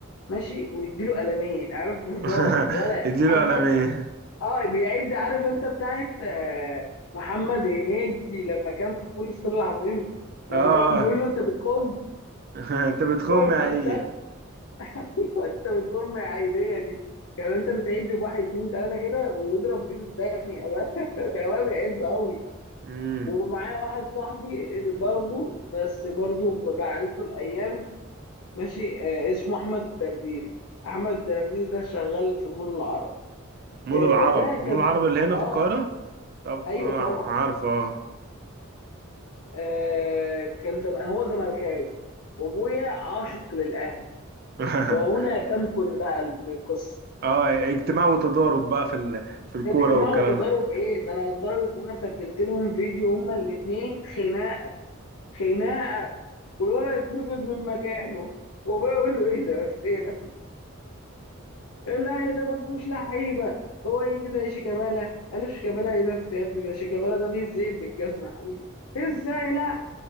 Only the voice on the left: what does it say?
ماشي ويديله قلمين عارف <laughs> هزار
ولا
عاجبك
اه بيعد عارف انت بتاعت آه، محمد هنيدي لما كان في فول الصين العظيم لما
كان بيقول
له انت بتخم
هو
ده أيوة، انت بتقوم عادية دي كان انت بتعد بواحد اتنين تلاتة كده ويضرب بايده التانية <laughs> كان ابويا بيعز قوي
ومعايا واحد صاحبي برضه بس برضه بعدته الايام ماشي آه، اسمه احمد الدرديري احمد الدرديري ده شغال في مول العرب
آه،
ده
كان
اه
ايوه
طبعا
آه، كان زم... هو زملكاوي وابويا عاشق للاهلي
وهنا تمكن بقى القصة
اجتماع
وتضارب
ايه ده انا لدرجه ان انا سجلت لهم فيديو هما الاثنين خناقه خناقه والولد اتنفض من مكانه وابويا يقول له ايه ده بس ايه ده الاهلي ده ما فيهوش لعيبه هو يجي زي شيكابالا قال له شيكابالا ايه بس يا ابني ده شيكابالا ده بيزيل بالجزمه يا حبيبي ازاي لا